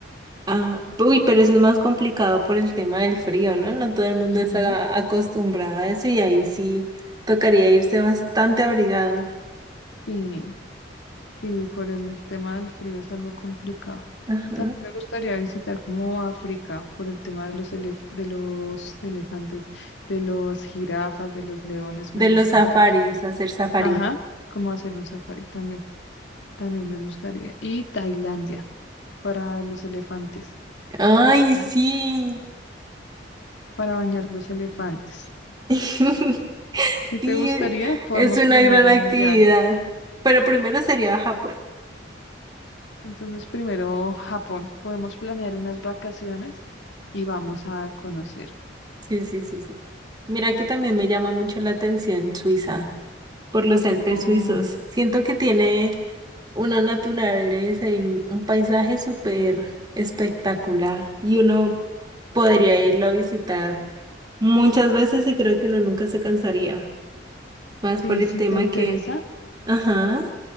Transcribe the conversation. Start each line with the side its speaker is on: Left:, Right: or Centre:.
Right: ah, uy, pero eso es más complicado por el tema del frío, ¿no? No todo el mundo
Left: ujú,
Right: está acostumbrado a eso y ahí sí tocaría irse bastante abrigado.
Left: sí. Sí, por el tema del frío es algo complicado.
Right: Ajá.
Left: También me gustaría visitar como África por el tema de los elef- de los elefantes, de los jirafas, de los leones,
Right: De
Left: me
Right: los
Left: gusta
Right: safaris,
Left: harto.
Right: hacer safaris.
Left: Ajá, como hacer un safari también, también me gustaría. Y Tailandia para los elefantes,
Right: Ay,
Left: baña-
Right: sí.
Left: para bañar los elefantes.
Right: <laughs>
Left: Si
Right: Sí,
Left: te gustaría,
Right: e-
Left: podemos
Right: es una
Left: planear
Right: gran
Left: un
Right: actividad.
Left: viaje.
Right: Pero primero sería Japón.
Left: Entonces, primero Japón, podemos planear unas vacaciones y vamos a conocer.
Right: Sí, sí, sí, sí. Mira que también me llama mucho la atención Suiza, por los Alpes
Left: Oh,
Right: suizos. Siento que tiene una naturaleza y un, un paisaje súper espectacular. Y uno podría irlo a visitar muchas veces y creo que uno nunca se cansaría. Más
Left: Sí,
Right: por el
Left: si
Right: tema
Left: te interesa,
Right: que... Ajá.